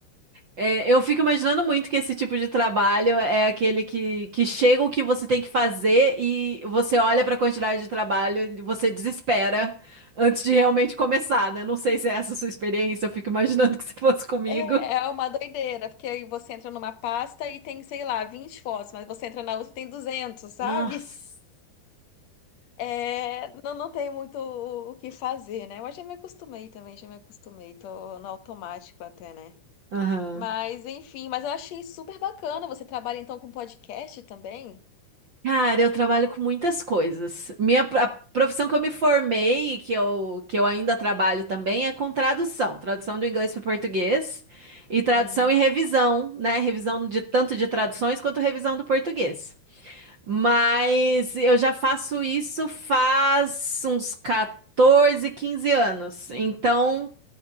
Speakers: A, on the right; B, on the left.
A: É, eu fico imaginando muito que esse tipo de trabalho é aquele que, que chega o que você tem que fazer e você olha para a quantidade de trabalho e você desespera antes de realmente começar, né? Não sei se é essa a sua experiência, eu fico imaginando que se fosse comigo.
B: É, é uma doideira, porque aí você entra numa pasta e tem, sei lá, 20 fotos, mas você entra na outra e tem 200, sabe?
A: Nossa.
B: <laughs> É, não, não tem muito o o que fazer, né? Mas já me acostumei também, já me acostumei. Tô no automático até, né?
A: Aham.
B: Mas, enfim, mas eu achei super bacana. Você trabalha então com podcast também?
A: Cara, eu trabalho com muitas coisas. Minha pr- a profissão que eu me formei e que eu, que eu ainda trabalho também é com tradução, tradução do inglês para o português e tradução
B: Hum,
A: e revisão, né? Revisão de tanto de traduções quanto revisão do português. Mas eu já faço isso faz uns 14, 15 anos. Então